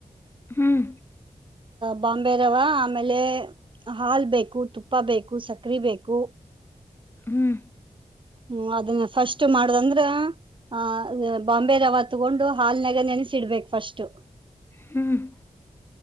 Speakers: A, on the left (about 15°); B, on the right (about 35°).
A: ಹ್ಮ್.
B: ಬಾಂಬೆ ರವ ಆಮೇಲೆ ಹಾಲ್ ಬೇಕು ತುಪ್ಪ ಬೇಕು ಸಕ್ರೆ ಬೇಕು.
A: ಹ್ಮ್.
B: ಹ್ಮ ಅದನ್ನ ಫಸ್ಟ್ ಮಾಡದಂದ್ರ ಆ ಬಾಂಬೆ ರವ. ತಗೊಂಡು ಹಾಲ್ನಾಗ ನೆನಸಿಡ್ಬೇಕು. ಫಸ್ಟ್
A: ಹ್ಮ್